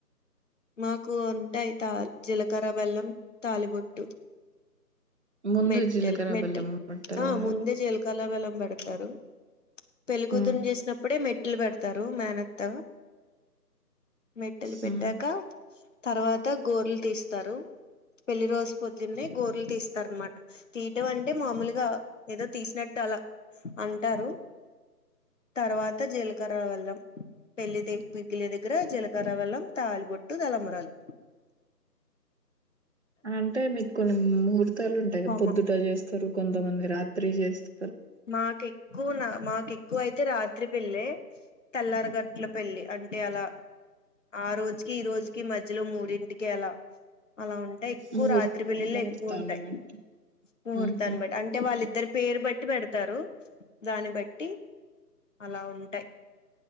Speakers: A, on the left (about 50°); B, on the right (about 45°).
A: మాకు ఉంటాయి తా జీలకర్ర బెల్లం తాలిబొట్టు
B: ముందు
A: మెట్టెల్
B: జీలకర్ర
A: మెట్టల్
B: బెల్లం పట్టదా
A: ఆ ముందే జీలకర్ర బెల్లం పెడతారు పెళ్లికూతురు
B: హ్మ్
A: చేసినప్పుడే మెట్లు పెడతారు మేనత్త మెట్టలు
B: హ్మ్
A: పెట్టాక తర్వాత గోర్లు తీస్తరు పెళ్లి రోజు పొద్దున్న గోర్లు తీస్తారునమాట తీయడం అంటే మామూలుగా ఏదో తీసినట్టు అలా అంటారు తర్వాత జీలకర్ర బెల్లం పెళ్లి పిగిలి దగ్గర జీలకర్ర బెల్లం తాలిబొట్టు తలంబ్రాలు
B: <inaudible> అంటే మీకు కొన్ని ముహూర్తాలు ఉంటాయి కదా
A: హోమం
B: పొద్దుట చేస్తారు కొంతమంది రాత్రి చేస్తారు
A: మాకి ఎక్కునా మాకి ఎక్కువైతే రాత్రి పెళ్ళి తెల్లారు గంటల పెళ్లి అంటే అలా ఆ రోజుకి ఈ రోజుకి మధ్యలో మూడింటికి ఎలా అలా ఉంటాయి ఎక్కువ
B: ముహూర్
A: రాత్రి పెళ్లిళ్లు
B: ముహూర్తాన్ని
A: ఎక్కువ ఉంటాయి
B: బట్టి
A: ముహూర్తాన్ని
B: ఊహు
A: బట్టి అంటే వాళ్ళిద్దరు పేరు బట్టి పెడతారు దాన్ని బట్టి అలా ఉంటాయి